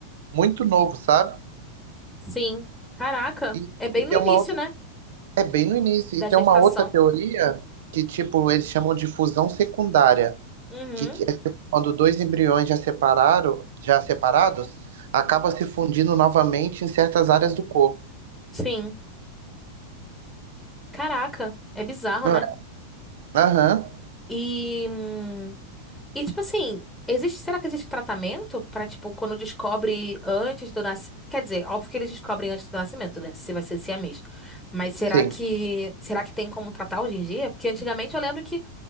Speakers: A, on the right; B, in the centre.
A: muito novo, sabe?
B: sim. Caraca,
A: E
B: é bem
A: e tem
B: no início,
A: uma
B: né?
A: É bem no início.
B: Da
A: E tem
B: gestação.
A: uma outra teoria que, tipo, eles chamam de fusão secundária,
B: Uhum,
A: que é tipo, quando dois embriões já separaram, já separados, acabam se fundindo novamente em certas áreas do corpo.
B: sim. Caraca, é bizarro,
A: Não
B: né?
A: é? Aham,
B: E. hum, E tipo assim, existe, será que existe tratamento pra tipo quando descobre antes do nascimento? Quer dizer, óbvio que eles descobrem antes do nascimento, né? Se vai ser siamês. Mas será
A: sim.
B: que será que tem como tratar hoje em dia? Porque antigamente eu lembro que